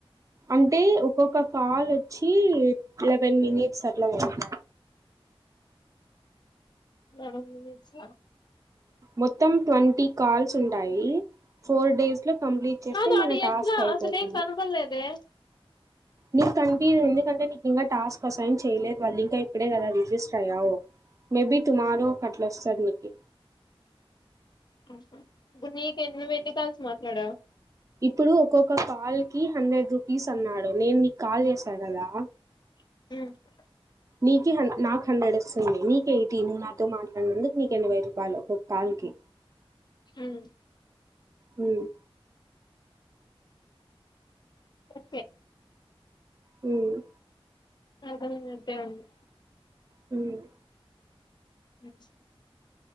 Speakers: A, on the right (about 35°); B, on the left (about 45°).
A: అంటే ఒక్కొక్క కాల్ వచ్చి లెవెన్ మినిట్స్ అట్లా ఉంటాయా
B: లెవెన్ మినిట్స్
A: మొత్తం ట్వంటీ కాల్స్ ఉంటాయి. ఫోర్ డేస్ లో కంప్లీట్ చేస్తే
B: కాదు
A: మన
B: ఆడ
A: టాస్క్
B: ఎట్లా
A: అయిపోతుంది.
B: అసలు ఏం కనపడలేదే
A: నీక్కనిపీయదు ఎందుకంటే నీకింగా టాస్క్ అసైన్ చేయలేదు వాళ్ళు ఇంకా ఇప్పుడే కదా రిజిస్టర్ అయ్యావ్. మేబీ టుమారో అట్ల వస్తది నీకి
B: హూ ఇప్పుడు నీకు నువ్వెన్ని కాల్స్ మాట్లాడావ్
A: ప్పుడు ఒక్కొక్క కాల్ కి హండ్రెడ్ రూపీస్ అన్నాడు నేను నీకు కాల్ చేస్ పగలా?
B: మాట్లాడావు
A: నీకీ హన్ నాకు హండ్రెండ్ వస్తోంది నీక్ ఎయ్ తిను నాతో మాట్లాడినందుకు నీకు ఎనబై రూపాయలు ఒక్కొ కాల్కి.
B: హ్మ్
A: హ్మ్
B: కరక్టే
A: హ్మ్
B: అర్థమైనట్టే ఉంది.
A: హ్మ్
B: హ్మ్